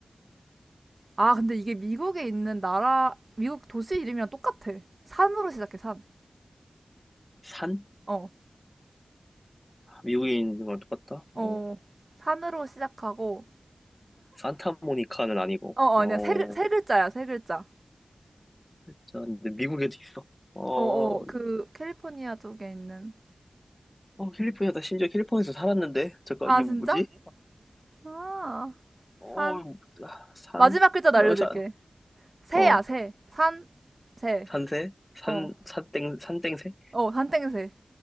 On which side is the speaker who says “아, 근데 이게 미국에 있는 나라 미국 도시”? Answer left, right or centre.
Right